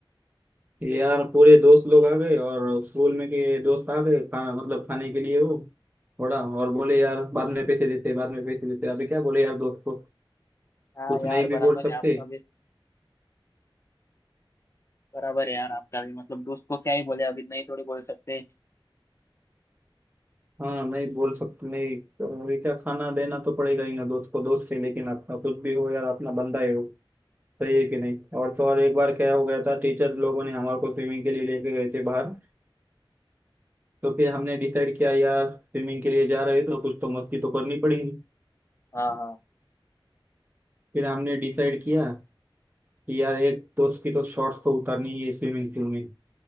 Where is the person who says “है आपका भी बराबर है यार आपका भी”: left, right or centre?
Left